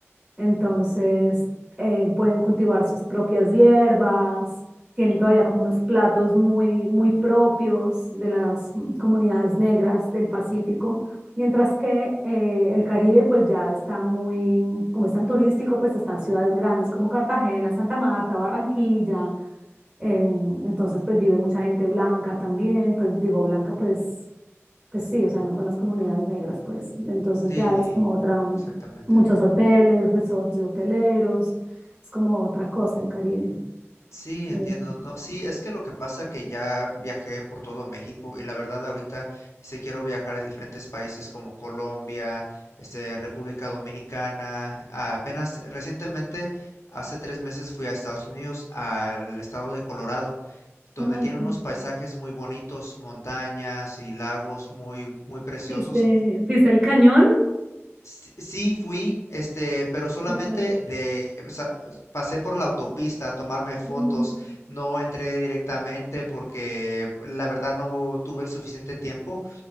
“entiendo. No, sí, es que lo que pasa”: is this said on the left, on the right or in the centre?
Left